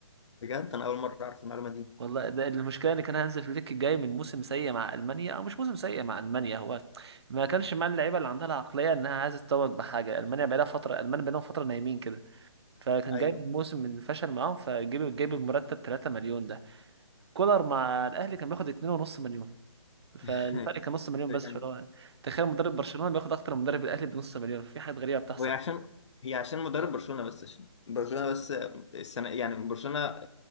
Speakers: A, on the left; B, on the right.
A: بجد انا اول مره اعرف المعلومه دي
B: والله ده المشكلة ان كان هانز فليك جاي من موسم سيء مع المانيا او مش موسم سيء مع المانيا هو ما كانش مع اللعيبة اللي عندها العقلية انها عايزة تتوج بحاجة المانيا بقالها فترة المانيا بقالهم فترة نايمين كده فكان
A: ايوه
B: جايب الموسم من فشل معاهم فجيب جايب المرتب 3 مليون ده كولر مع الاهلي كان بياخد 2.5 مليون فالفرق
A: <laughs>
B: كان نص مليون
A: يعني
B: بس فهو تخيل مدرب برشلونة بياخد اكتر من مدرب الاهلي بنص مليون في حاجات غريبة بتحصل
A: هو عشان هي عشان مدرب برشلونه بس عشان برشلونه بس السنه يعني برشلونه آه،